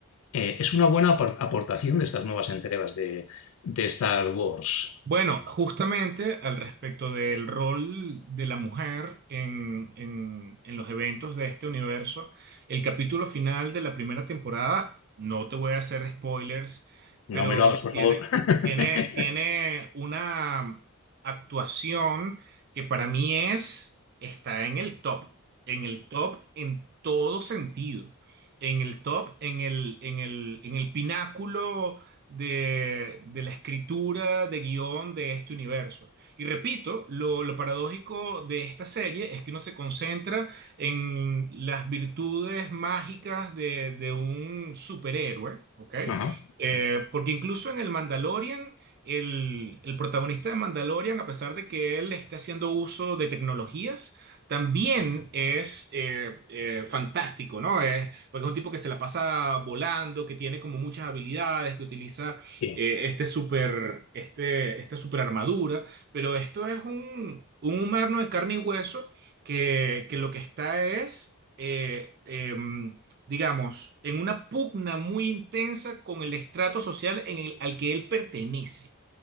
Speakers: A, on the left; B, on the right.
A: eh, es una buena apor- aportación de estas nuevas entregas de, de Star Wars.
B: Bueno, justamente al respecto del rol de la mujer en, en- en los eventos de este universo, el capítulo final de la primera temporada, no te voy a hacer spoilers,
A: No
B: pero
A: me lo hagas, por
B: tiene,
A: favor.
B: tiene, tiene
A: <laughs>
B: una actuación que para mí es, está en el top, en el top en todo sentido, en el top, en el, en el, en el pináculo de, de la escritura de guión de este universo. Y repito, lo, lo paradójico de esta serie es que uno se concentra en las virtudes mágicas de, de un superhéroe, ¿ok?
A: Ajá,
B: Eh, porque incluso en el Mandalorian, el, el protagonista de Mandalorian, a pesar de que él esté haciendo uso de tecnologías, también es eh, eh, fantástico, ¿no? Es, porque es un tipo que se la pasa volando, que tiene como muchas habilidades, que utiliza
A: sí,
B: eh, este super, este, esta super armadura, pero esto es un, un humano de carne y hueso que, que lo que está es, eh, em, digamos, en una pugna muy intensa con el estrato social en el- al que él pertenece.